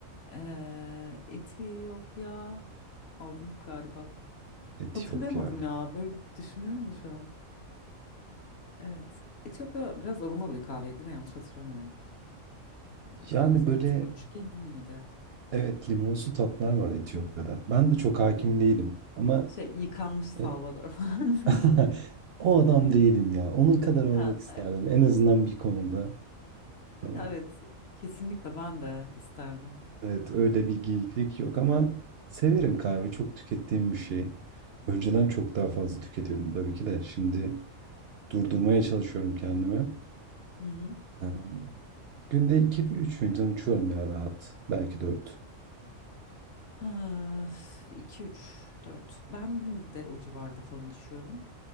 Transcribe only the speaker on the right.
Etiyopya.
Yani
böyle
evet limonsu tatlar var Etiyopya'da.
Ben
de çok hakim değilim ama
e,
<laughs> o adam değilim ya. Onun kadar olmak
isterdim.
En azından bir konuda. E,
evet öyle bir geyiklik yok ama severim kahve. Çok tükettiğim bir şey. Önceden çok daha fazla tüketiyordum tabii ki de. Şimdi Durdurmaya çalışıyorum kendimi.
Emm, günde 2 üç fincan içiyorum ya rahat. Belki 4.